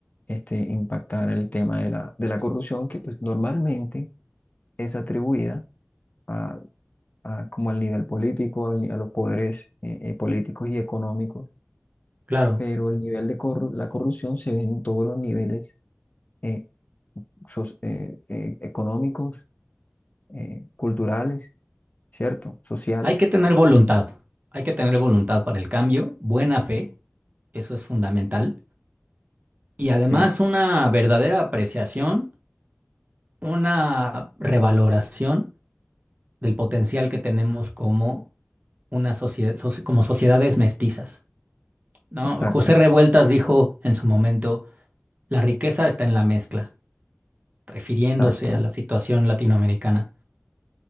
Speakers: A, on the left; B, on the right.
A: este, impactar el tema de la, de la corrupción, que pues normalmente es atribuida a, a como al nivel político, al ni- a los poderes eh, eh, políticos y económicos
B: claro.
A: pero el nivel de corru- la corrupción se ve en todos los niveles eh, soc- eh, eh, económicos, eh, culturales, ¿cierto? Sociales.
B: Hay que tener voluntad. Hay que tener voluntad para el cambio, buena fe, eso es fundamental. Y además
A: Sí,
B: una verdadera apreciación, una revaloración del potencial que tenemos como una sociedad, soci- como sociedades mestizas, ¿no?
A: exacto,
B: José Revueltas dijo en su momento, la riqueza está en la mezcla, refiriéndose
A: exacto.
B: a la situación latinoamericana.